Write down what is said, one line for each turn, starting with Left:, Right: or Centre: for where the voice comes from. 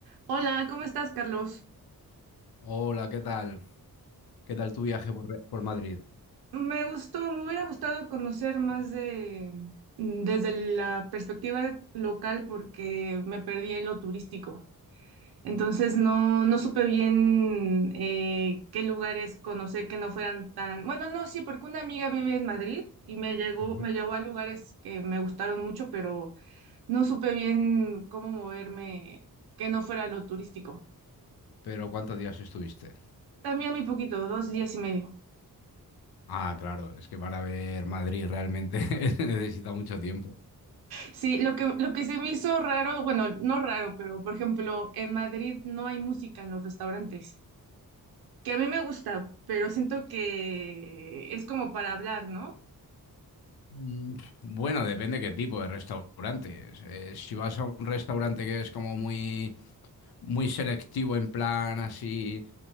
Right: Hola, ¿cómo estás, Carlos?
Left: Hola, ¿qué tal? ¿Qué tal tu viaje por, Re- por Madrid?
Right: Me gustó, me hubiera gustado conocer más de mm, desde la perspectiva local porque me perdí en lo turístico. Entonces no, no supe bien eh, qué lugares conocer que no fueran tan... Bueno, no, sí, porque una amiga vive en Madrid y me llegó,
Left: Ujú.
Right: me llevó a lugares que me gustaron mucho, pero no supe bien cómo moverme que no fuera lo turístico.
Left: Pero ¿cuántos días estuviste?
Right: También muy poquito, dos días y medio.
Left: Ah, claro, es que para ver Madrid realmente <laughs> se necesita mucho tiempo.
Right: Sí, lo que, lo que se me hizo raro, bueno, no raro, pero por ejemplo, en Madrid no hay música en los restaurantes, que a mí me gusta, pero siento que es como para hablar, ¿no?
Left: Mm, Bueno, depende qué tipo de restaurantes. Eh, si vas a un restaurante que es como muy, muy selectivo en plan así,